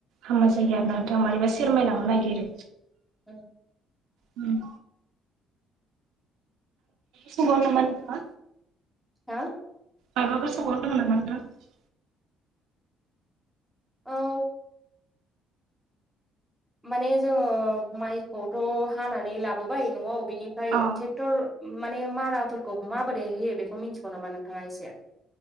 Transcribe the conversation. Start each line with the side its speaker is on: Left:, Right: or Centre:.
Right: हामा जायो आरोना नोंथां मारैबा सेरमायलांनो नागिरो।
Centre: औ।
Right: उम सबावनो नामा नोंथांङा
Centre: हा।
Right: मायबाफोर सोंबावनो दंङ नामा नोंथां?
Centre: औ। माने जोंङो माइखौथ' हानानै लाबोबाय न'आव बिनिफ्राय
Right: अ
Centre: ट्रेक्टर माने माराफोरखौ माबोरै होयो बिखौ मिथिगौ नामा नोंथांङा एसे?